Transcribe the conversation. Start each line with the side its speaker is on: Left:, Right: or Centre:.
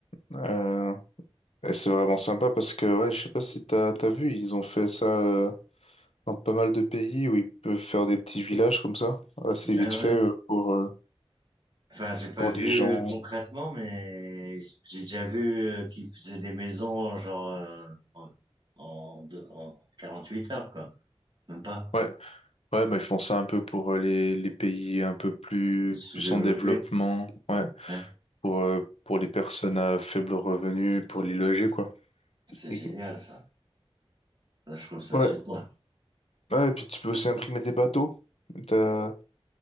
Left: euh, et c'est vraiment sympa parce que ouais, je sais pas si t'as t'as vu, ils ont fait ça euh, dans pas mal de pays où ils peuvent faire des petits villages comme ça, assez
Right: ouais,
Left: vite
Right: ouais.
Left: fait euh, pour euh,
Right: Enfin, j'ai pas
Left: pour
Right: vu
Left: des gens.
Right: euh, concrètement, mais j'ai déjà vu euh, qu'ils faisaient des maison genre euh, en, en, deux- en 48 heures, quoi. Même pas.
Left: Ouais, ouais, bah, ils font ça un peu pour euh, les, les pays un peu plus,
Right: c'est sous-développé.
Left: plus en développement, ouais,
Right: hein.
Left: pour, euh, pour les personnes à faible revenu, pour les loger, quoi.
Right: C'est
Left: Et-
Right: génial, ça. Là, je trouve ça
Left: Ouais,
Right: super.
Left: ouais, et puis tu peux aussi imprimer des bateaux. T'as-